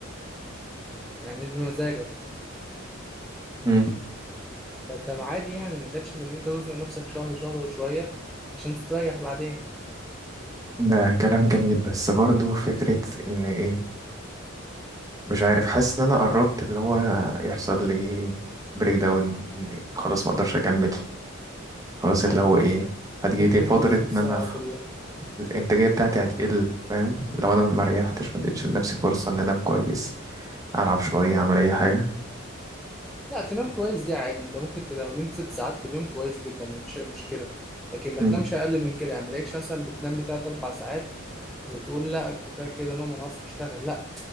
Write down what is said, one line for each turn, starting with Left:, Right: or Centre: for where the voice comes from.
Centre: يعني مش بمزاجك
Right: مم.
Centre: فانت عادي يعني ما جاتش بان انت تزنق نفسك شهر شهر وشويه عشان تستريح بعدين
Right: ده كلام جميل بس برضو فكرة ان ايه مش عارف حاسس ان انا قربت اللي هو يحصل لي بريك داون خلاص ما اقدرش اكمل خلاص اللي
Centre: عادي
Right: هو
Centre: ممكن
Right: ايه هتجيلي
Centre: ممكن
Right: فترة
Centre: تفصل
Right: ان
Centre: ساعه
Right: انا خ-
Centre: في اليوم
Right: الانتاجية بتاعتي هتقل فاهم لو انا ما ريحتش ما اديتش لنفسي فرصة ان انا انام كويس العب شوية اعمل اي حاجة
Centre: لا تنام كويس دي عادي انت ممكن تنام- لو نمت ست ساعات في اليوم كويس جدا مفيش اي مشكله لكن ما
Right: مم.
Centre: تنامش اقل من كده يعني ما تلاقيش مثلا بتنام لي تلات اربع ساعات وتقول لا كفايه كده نوم انا هصحى اشتغل لا